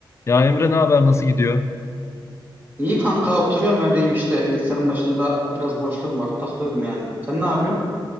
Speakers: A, on the left (about 35°); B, on the right (about 20°).
A: Ya Emre ne haber nasıl gidiyor?
B: İyi kanka oturuyorum evdeyim işte bilgisayarın başında biraz boşluğum vardı takılıyordum yani. Sen ne yapıyorsun?